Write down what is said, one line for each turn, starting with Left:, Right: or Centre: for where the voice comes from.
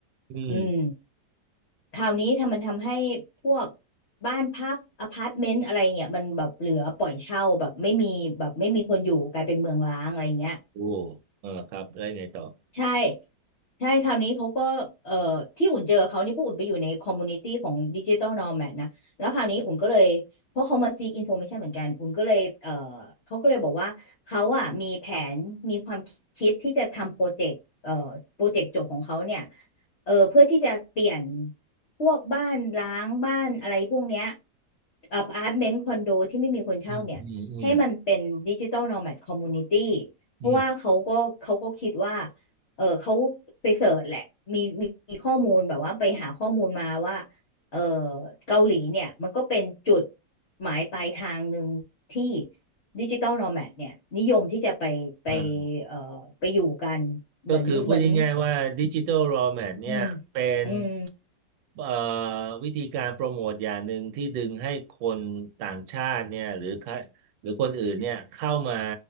Right: อืม
Left: อืมคราวนี้ทำมันทำให้พวกบ้านพักอพาร์ตเมนต์อะไรเงี้ยมันแบบเหลือปล่อยเช่าแบบไม่มีแบบไม่มีคนอยู่กลายเป็นเมืองร้างอะไรเงี้ย
Right: โอ้เออครับแล้วงไงต่อ
Left: ใช่ใช่คราวนี้เขาก็เอ่อที่อุ่นเจอเขานี่เพราะอุ่นไปอยู่ในคอมมูนิตี้ของดิจิตอลนอมแมนะ แล้วคราวนี้อุ่นก็เลย เพราะเขามาซีกอินโฟ a t ชันเหมือนกัน อุ่นก็เลยเอ่อเขาก็เลยบอกว่า เขาอ่ะมีแผนมีความคิดที่จะทำโปรเจกต์เอ่อโปรเจกต์จบของเขาเนี่ยเออเพื่อที่จะเปลี่ยนพวกบ้านร้างบ้านอะไรพวกเนี้ยอพาร์ตเมนต์คอนโดที่ไม่มีคนเช่าเนี่ยให้มันเป็นดิจิตอลนอมแมคอมมูนิตี้
Right: อืมอืมอืม
Left: เพราะว่าเขาก็เขาก็คิดว่า
Right: อืมอม
Left: เออเขาไปเสิร์ชแหละมีมีมีข้อมูลแบบว่าไปหาข้อมูลมาว่าเออเกาหลีเนี่ยมันก็เป็นจุดหมายปลายทางหนึ่งที่ดิจิ t a ลน m a แม d เนี่ยนิยมที่จะไปไป
Right: อ่า
Left: เอ่อไปอยู่กันเหมือนเหมือน
Right: ก็คือพูดง่ายๆว่าดิจิ t a ล raw mat เนี่ยเป็น
Left: อืมอืม
Right: เอ่อวิธีการโปรโมทอย่างหนึ่งที่ดึงให้คนต่างชาติเนี่ยหรือค่หรือคนอื่นเนี่ยเข้ามา